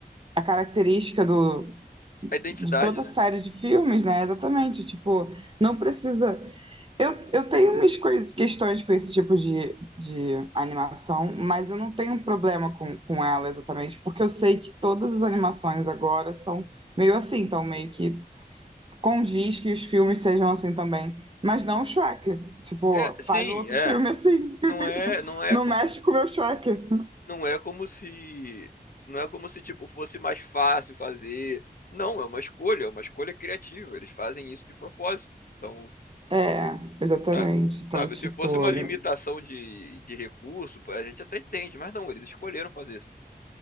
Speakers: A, on the right; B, on the left.
A: a característica do,
B: A identidade,
A: de toda
B: né?
A: a série de filmes, né? Exatamente. Tipo, não precisa. Eu, eu tenho umas coisas, questões com esse tipo de, de animação, mas eu não tenho um problema com, com ela exatamente, porque eu sei que todas as animações agora são meio assim, então meio que condiz que os filmes sejam assim também. Mas não o Shrek. Tipo,
B: É, sim,
A: faz outro
B: é.
A: filme assim. <laughs>
B: Não é, não é
A: Não
B: como,
A: mexe com o meu Shrek.
B: não é como se, não é como se tipo fosse mais fácil fazer. Não, é uma escolha, é uma escolha criativa. Eles fazem isso de propósito. Então,
A: É, exatamente.
B: tá-
A: Então,
B: sabe,
A: tipo,
B: se fosse uma Hum.
A: n-
B: limitação de, de recurso, pô, a gente até entende, mas não, eles escolheram fazer assim.